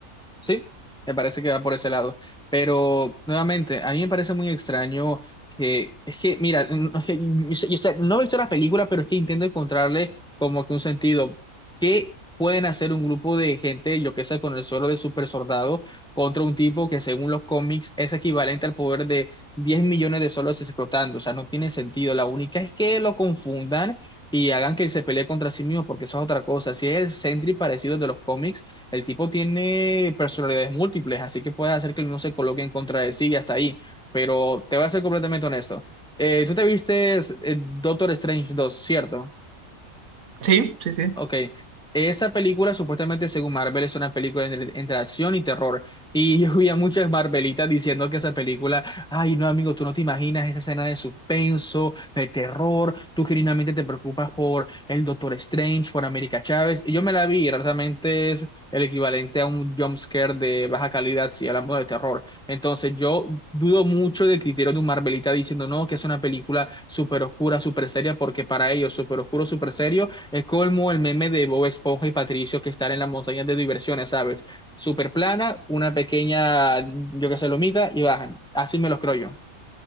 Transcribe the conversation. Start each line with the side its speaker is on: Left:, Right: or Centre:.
Centre: Sí, me parece que va por ese lado. Pero nuevamente, a mí me parece muy extraño que, es que, mira, no es que mm, yo- yo sé- no he visto la película, pero es que intento encontrarle como que un sentido. ¿Qué pueden hacer un grupo de gente, yo qué sé, con el suelo de super soldado contra un tipo que según los cómics es equivalente al poder de 10 millones de solos explotando? O sea, no tiene sentido. La única es que lo confundan y hagan que se pelee contra sí mismo, porque eso es otra cosa. Si es el Sentry parecido de los cómics el tipo tiene personalidades múltiples, así que puede hacer que el mismo se coloque en contra de sí y hasta ahí. Pero te voy a ser completamente honesto. Eh, tú te viste eh, Doctor Strange 2, ¿cierto?
Right: Sí, sí, sí.
Centre: Ok, esa película supuestamente según Marvel es una película entre, entre acción y terror. Y <laughs> yo vi a muchas Marvelitas diciendo que esa película, ay no amigo, tú no te imaginas esa escena de suspenso, de terror, tú genuinamente te preocupas por el Doctor Strange, por América Chávez. Y yo me la vi, y realmente es el equivalente a un jump scare de baja calidad si hablamos de terror. Entonces yo dudo mucho del criterio de un Marvelita diciendo no, que es una película súper oscura, súper seria, porque para ellos súper oscuro, súper serio es como el meme de Bob Esponja y Patricio que están en las montañas de diversiones, ¿sabes? Super plana, una pequeña, yo qué sé, lomita y bajan. Así me los creo yo.